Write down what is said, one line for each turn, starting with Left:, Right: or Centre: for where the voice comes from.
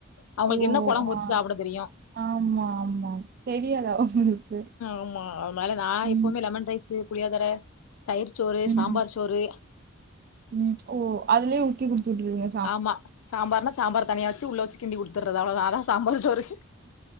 Left: அவுங்களுக்கு
Right: ஓ
Left: என்ன கொழம்பு ஊத்தி
Right: ஆ
Left: சாப்ட தெரியு
Right: ஆமா ஆமா தெரியாதா உங்களுக்கு
Left: ஆமா அதனால நா
Right: ம்
Left: எப்பவுமே லெமன் ரைஸ் புளியோதர தயிர் சோறு
Right: ம்
Left: சாம்பார் சோறு
Right: ம் ஓ அதுலயே ஊத்தி குடுத்து விட்ருவீங்க
Left: ஆமா சாம்பார்னா சாம்பார் தனியா வச்சி உள்ள வச்சி கிண்டி குடுத்துறது அவ்ளதா அதா சாம்பார் சோறு